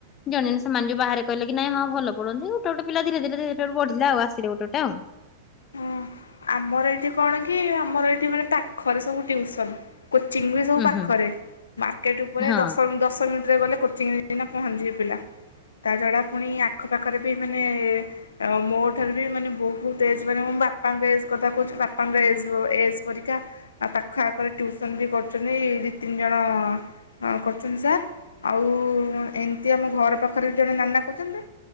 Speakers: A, on the left; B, on the left.
A: ଜଣେ ଜଣେ ସେମାନେ ଯୋଉ ବାହାରେ କହିଲେ କି ନାଇଁ ହଁ ଭଲ ପଢ଼ୁଅନ୍ତି। ଗୋଟେ ଗୋଟେ ପିଲା ଧୀରେ ଧୀରେ ଧୀରେ ତାରୁ ବଢ଼ିଲା ଆଉ ଆସିଲେ ଗୋଟେ ଗୋଟେ ଆଉ।
B: ହଁ ଆମର ଏଇଠି କଣ କି ଆମର ଏଇଠି ମାନେ ପାଖରେ ସବୁ ଟିଉସନ୍। କୋଚିଂ ବି ସବୁ
A: ଉଁ
B: ପାଖରେ।
A: ହୁଁ
B: ମାର୍କେଟ ଉପରେ
A: ହଁ
B: ଦଶମ ଦଶ ମି ରେ ଗଲେ କୋଚିଂରେ ଇନା ପହଞ୍ଚି ଯିବେ ପିଲା। ତାଛଡ଼ା ପୁଣି ଆଖପାଖରେ ବି ମାନେ ଅ ମୋ ଠାରୁ ବି ମାନେ ବୋହୁତ ଏଜ୍ ମାନେ ମୋ ବା ପାଙ୍କ ଏଜ୍ କଥା କହୁଚ ବାପାଙ୍କ ଏଜ୍ ଏଜ୍ ପରୀକା ଆ ପାଖ ଆଖରେ ଟିଉସନ୍ ବି କରୁଚନ୍ତି ଦି ତିନି ଜଣ ଅଁ କରୁଚନ୍ତି ସାର୍। ଆଉ ଏମତି ଆମ ଘର ପାଖରେ ବି ଜଣେ ନାନା କରୁଚନ୍ତି